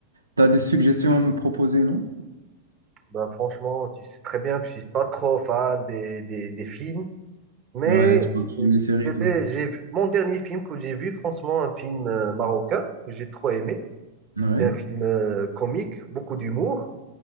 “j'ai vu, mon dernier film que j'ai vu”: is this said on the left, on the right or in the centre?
Right